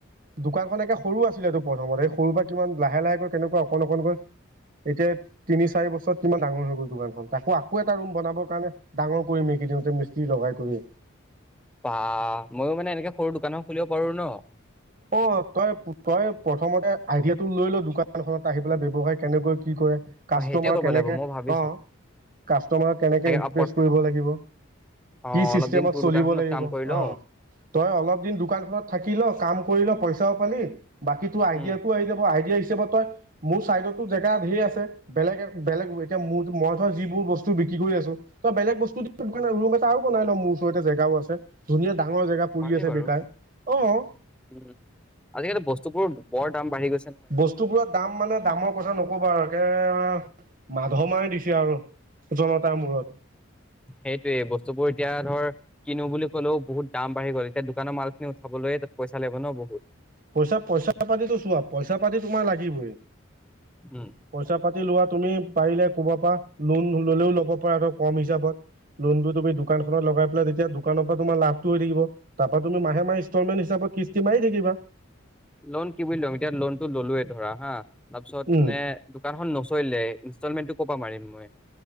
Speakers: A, on the right; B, in the centre.
A: দোকানখন একে সৰু আছিলেটো প্ৰথমতে এই সৰু পৰা কিমান লাহে লাহেকৈ কেনেকা অকন অকনকৈ এতিয়া তিনি চাৰি বছৰত কিমান ডাঙৰ হৈ গ'ল। দোকানখন তাকো আকৌ এটা ৰুম বনাবৰ কাৰণে ডাঙৰ কৰিম এইকেদিনতে মিস্ত্ৰী লগাই কৰি।
B: বাহ ময়ো মানে এনেকে সৰু দোকানো খুলিব পাৰো ন।
A: অ' তই, তই প্ৰথমতে আইডিয়াটো লৈ ল দোকানখনত আহি পেলাই ব্যৱসায় কেনেকৈ কি কৰে। কাষ্টমাৰ
B: অ সেইটোৱে কৰিব
A: কেনেকে
B: লাগিব মই ভাবিছো
A: অ' কাস্টমাৰক কেনেকে ইমপ্ৰেস
B: অ পত
A: কৰিব লাগিব
B: অ
A: কি চিস্টেমত
B: অলপ দিন তোৰ
A: চলিব
B: দোকানখনত
A: লাগিব
B: কাম কৰি লও
A: অ', তই অলপ দিন দোকান খনত থাকি। কৰি ল কাম কৰিল পইচাও পালি বাকীতো আইডিয়াটো
B: উম
A: আহি যাব। আইডিয়া তই মোৰ চাইডতো জেগা ঢেৰ আছে। বেলেগে- বেলেগ এতিয়া মোৰ- মইতো যিবোৰ বস্তু বিক্ৰী কৰি আছোঁ, তই বেলেগ বস্তু দি দোকানে- ৰুম এটা আৰু বনাই ল' মোৰ ওচৰতে, জেগাও আছে। ধুনীয়া ডাঙৰ জেগা পৰি
B: পাৰি
A: আছে
B: বাৰু
A: বেকাৰ, অ'।
B: উম আজিকালি বস্তুবোৰৰ বৰ দাম বাঢ়ি গৈছে। নহয়
A: বস্তুবোৰত দাম মানে দামৰ কথা নকবা আৰু। একে মাধমাৰি দিছে আৰু। জনতাৰ মূৰত।
B: সেইটোৱে। বস্তুবোৰ এতিয়া ধৰ কিনো বুলি ক'লেও বহুত দাম বাঢ়ি গ'ল, এতিয়া দোকানৰ মালখিনি উঠাবলৈয়ে তাত পইচা লাগিব ন' বহুত।
A: পইচা- পইচা-পাতিটো চোৱা। পইচা-পাতি তোমাৰ লাগিবই।
B: উম
A: পইচা-পাতি লোৱা তুমি পাৰিলে কবাৰ পৰা লোন নললেও, ল'ব পৰা কম হিচাপত, লোনতটো তুমি দোকানখনত লগাই পেলাই তেতিয়া দোকানৰ পৰা তোমাৰ লাভটো হৈ থাকিব, তাৰ পৰা তুমি মাহে মাহে ইনষ্টলমেন্ট হিচাপত কিস্তি মাৰি থাকিবা।
B: লোন কি বুলি লম? এতিয়া লোনটো ল'লোৱে ধৰা হা। তাৰপিছত
A: উম
B: মানে দোকানখন নচলিলে, ইনষ্টলমেন্টটো ক'ৰ পৰা মাৰিম মই?